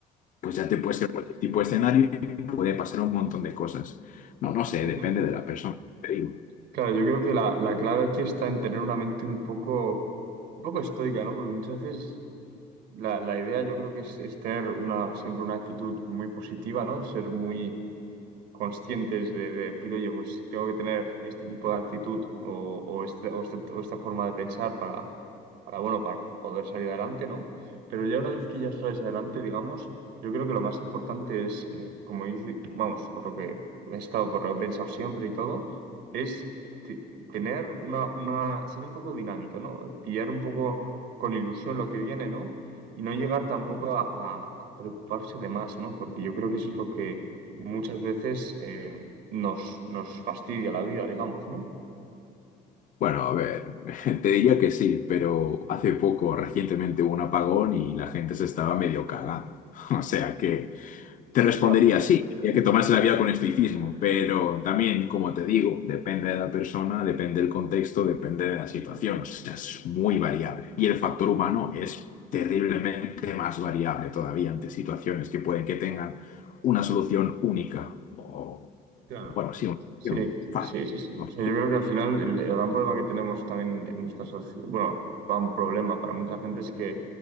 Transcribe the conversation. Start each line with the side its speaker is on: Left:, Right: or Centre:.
Left: pues ya te puede ser cualquier tipo de escenario y puede pasar un montón de cosas. No, no sé,
Right: Ujú.
Left: depende de la persona, te digo.
Right: Claro, yo creo que la, la clave aquí está en tener una mente un poco, un poco estoica, ¿no? Porque muchas veces la, la idea yo creo que es, es tener una, siempre una actitud muy positiva, ¿no? Ser muy conscientes de, de decir, oye, pues tengo que tener este tipo de actitud o, o, este- o este- o esta forma de pensar para para, bueno, para poder salir adelante, ¿no? Pero ya una vez que ya sales adelante, digamos, yo creo que lo más importante es, eh, como dice, vamos, por lo que he estado, por lo que he pensado siempre y todo, es eh, te- tener una, una, ser un poco dinámico, ¿no? Pillar un poco con ilusión lo que viene, ¿no? Y no llegar tampoco a, a- a preocuparse de más, ¿no? Porque yo creo que eso es lo que muchas veces eh, nos, nos fastidia la vida, digamos, ¿no?
Left: Bueno, a ver, <laughs> te diría que sí, pero hace poco, recientemente hubo un apagón y la gente se estaba medio cagando. <laughs> O sea que... Te respondería
Right: Ya.
Left: sí, había que tomarse la vida con estoicismo, pero también, como te digo, depende de la persona, depende del contexto, depende de la situación, o sea, es muy variable. Y el factor humano es terriblemente más variable todavía ante situaciones que pueden que tengan una solución única o,
Right: Claro.
Left: bueno, sí, una
Right: Sí,
Left: solución fácil.
Right: sí, sí, sí.
Left: ¿no?
Right: O sea, yo creo que al final el, el gran problema que tenemos también en nuestra sociedad, bueno, gran problema para mucha gente es que